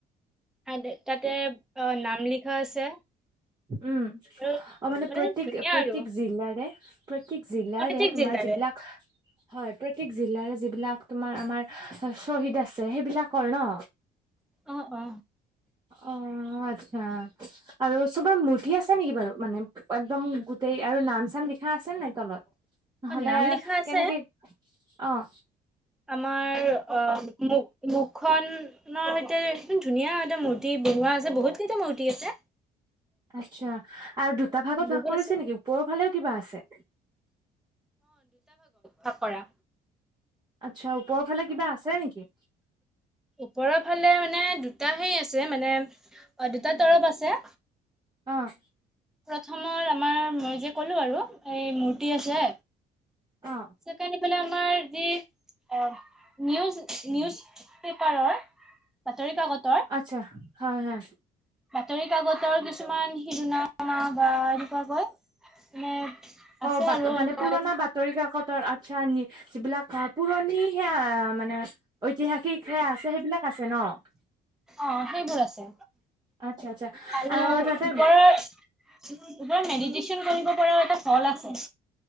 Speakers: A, in the centre; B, on the right.
A: আ তাতে অ নাম লিখা আছে
B: উম
A: আৰু
B: অ
A: মানে
B: প্ৰত্যেক
A: ধুনীয়া
B: প্ৰত্যেক
A: আৰু
B: জিলাৰে প্ৰত্যেক জিলাৰে
A: প্ৰত্যেক
B: তোমাৰ
A: জিলাৰে
B: যিবিলাক হয় প্ৰত্যেক জিলাৰে যিবিলাক তোমাৰ আমাৰ শ্বহিদ আছে সেইবিলাকৰ ন
A: অ অ
B: অ আচ্ছা আৰু চবৰে মূৰ্ঠি আছে নেকি বাৰু মানে একদম তই আৰু নাম চাম লিখা আছে নাই তলত? নহলে
A: অ নাম লিখা আছে
B: কেনেকে। অঁ।
A: আমাৰ অ মোক মুখখনৰ সৈতে একমান ধুনীয়া এটা মূৰ্তি বনোৱা আছে বহুত কেইটা মূৰ্তি আছে
B: আচ্ছা আৰু দুটা ভাগত
A: বহুত
B: ভাগ কৰিছে
A: আছে।
B: নেকি ওপৰৰ ফালেও কিবা আছে
A: ফকৰা
B: আচ্ছা ওপৰৰ ফালে কিবা আছে নেকি
A: ওপৰফলে মানে দুটা সেই আছে মানে দুটা তৰফ আছে
B: আহ
A: প্ৰথমৰ আমাৰ মই যে ক'লো আৰু এই মূৰ্তি আছে
B: অ
A: চেইকানে মানে আমাৰ যি অ নিউজ নিউজ পেপাৰৰ বাতৰি কাকতৰ
B: আচ্ছা হয় হয়।
A: বাতৰি কাকতৰ কিছুমান শিৰনামা বা এনেকুৱাকৈ হয় মানে। আছে
B: অ বাত
A: আৰু এনেকৈ
B: মানে পুৰণা বাতৰি কাকত। ৰ আচ্ছা যিবিলাক পুৰণি সেয়া মানে ঐতিহাসিক হে আছে সেইবিলাক আছে। টেনত
A: অ সেইবোৰ আছে
B: আচ্ছা আচ্ছা
A: আৰু ওপৰৰ।
B: তাতে
A: তাৰ পৰা মেডিটেশচন কৰিব পৰাও এটা ফল আছে